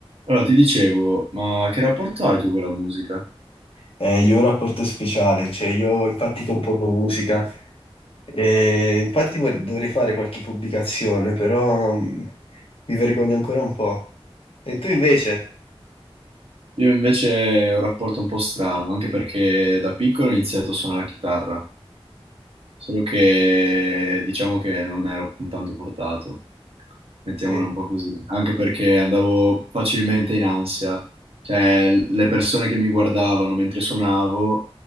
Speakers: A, on the right; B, on the left.
A: Allora, ti dicevo, ma che rapporto hai tu con la musica?
B: Eh, io ho un rapporto speciale, cioè io infatti compongo musica e infatti vor- dovrei fare qualche pubblicazione, però mm, mi vergogno ancora un po'. E tu invece?
A: Io invece ho un rapporto un po' strano, anche perché da piccolo ho iniziato a suonare la chitarra. solo che diciamo che non ero tanto portato, ecco, mettiamola
B: Sì.
A: un po' così, anche perché andavo facilmente in ansia, cioè l- le persone che mi guardavano mentre suonavo